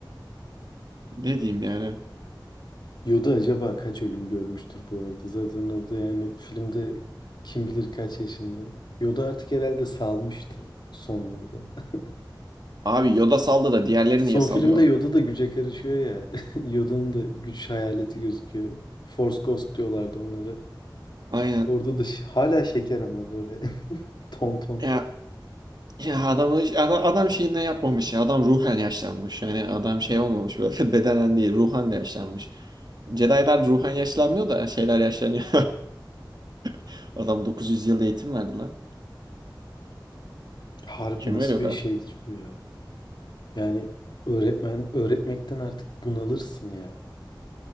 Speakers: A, on the right; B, on the left.
A: Ne diyeyim yani?
B: Yoda acaba kaç ölüm görmüştür bu arada? Zaten orada yani filmde kim bilir kaç yaşında. Yoda artık herhalde salmıştı o sonlarda. <laughs>
A: Abi Yoda saldı da diğerleri
B: Son
A: niye salıyor?
B: filmde Yoda da güce karışıyor ya. <laughs> Yoda'nın da güç hayaleti gözüküyor. Force Ghost diyorlardı onlara.
A: Aynen.
B: Orada da ş- hala şeker ama böyle <laughs> ton ton.
A: Ya, ya adamı, adam, adam şeyinden yapmamış ya. Adam ruhen yaşlanmış. Yani adam şey olmamış böyle <laughs> bedenen değil. Ruhen de yaşlanmış. Jedi'lar ruhen yaşlanmıyor da şeyler yaşlanıyor. <laughs> Adam 900 yıl eğitim verdi lan.
B: Harbi
A: Kim
B: nasıl
A: veriyor o kadar?
B: bir şeydir bu ya? Yani öğretmen öğretmekten artık bunalırsın ya.